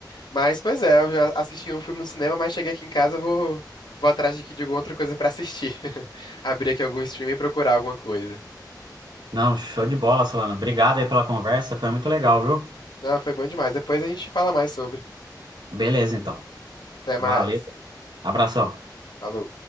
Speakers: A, on the left; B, on the right.
A: Mas, pois é, eu já assisti um filme no cinema, mas cheguei aqui em casa, vou, vou atrás de, que- de alguma outra coisa pra assistir. <laughs> Abrir aqui algum stream e procurar alguma coisa.
B: Não, show de bola, Solana. Obrigado aí pela conversa, foi muito legal, viu?
A: Não, foi bom demais. Depois a gente fala mais sobre.
B: Beleza, então.
A: Até mais.
B: Valeu. Abração.
A: Falou.